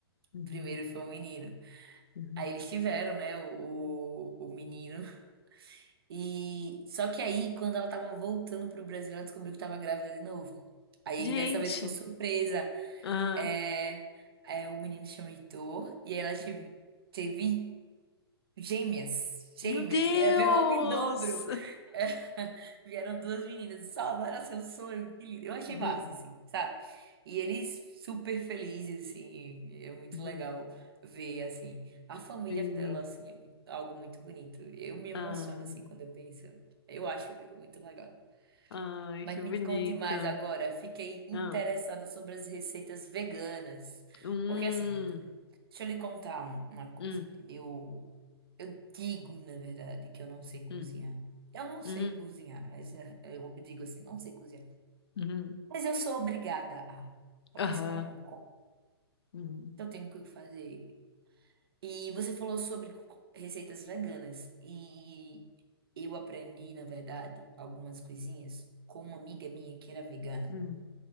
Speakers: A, on the left; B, on the right.
A: uhum,
B: O primeiro foi um menino.
A: uhum.
B: Aí eles tiveram, né, o, o, o menino. E só que aí, quando ela tava voltando pro Brasil, ela descobriu que tava grávida de novo. Aí
A: Gente,
B: dessa vez foi surpresa.
A: ah,
B: É, é, o menino chama Heitor e aí ela teve,
A: uhum.
B: teve gêmeas. Gêmeas,
A: Meu Deus!
B: vie- veio logo em dobro. É, <laughs> vieram duas meninas. Só não era seu sonho, que lindo. Eu achei
A: Uhum,
B: massa, assim, sabe? E eles super felizes, assim, é muito
A: uhum,
B: legal ver, assim, a família
A: Sim.
B: dela, assim, é muito- algo muito bonito. Eu me emociono,
A: Ah,
B: assim, quando eu penso. Eu acho muito legal.
A: ai,
B: Mas
A: que
B: me
A: bonito.
B: conte mais agora. Fiquei interessada
A: Ah,
B: sobre as receitas veganas.
A: hum,
B: Porque assim, t- deixa eu lhe contar um- uma coisa.
A: hum,
B: Eu, eu digo, na verdade, que eu não sei cozinhar.
A: hum,
B: Eu não sei
A: uhum,
B: cozinhar. Essa- Eu digo assim, não sei cozinhar.
A: uhum,
B: Mas eu sou obrigada a. Porque
A: aham,
B: senão eu não como.
A: uhum,
B: Então eu tenho que fazer. E você falou sobre co- receitas veganas. E eu aprendi, na verdade, algumas coisinhas com uma amiga minha que era vegana.
A: uhum,